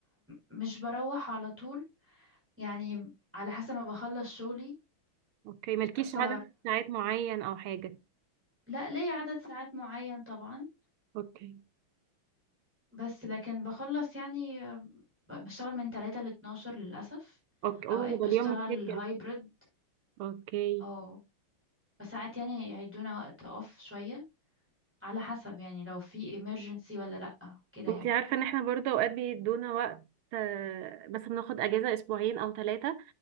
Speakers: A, in the centre; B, on the right (about 75°).
A: مش بروح على طول يعني على حسب ما بخلص شغلي
B: اوكي مالكيش
A: ف
B: عدد ساعات معين او حاجه
A: لا ليا عدد ساعات معين طبعا
B: اوكي
A: بس لكن بخلص يعني ب- بشتغل من 3 ل 12 للأسف
B: اوكي اوه
A: أوقات
B: ده اليوم
A: بشتغل
B: متسجل
A: هايبرد
B: اوكي
A: أو بس ساعات يعني هيدونا وقت أوف شوية على حسب يعني لو في emergency ولا لأ كده
B: انت
A: يعني
B: عارفه ان احنا برضه اوقات بيدونا وقت آه، بس بناخد اجازه اسبوعين او ثلاثه